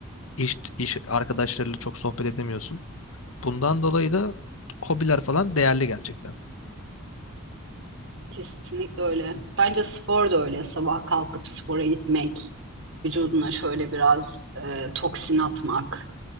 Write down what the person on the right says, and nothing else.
Kesinlikle öyle. Bence spor da öyle. Sabah kalkıp spora gitmek, vücuduna şöyle biraz e, toksin atmak,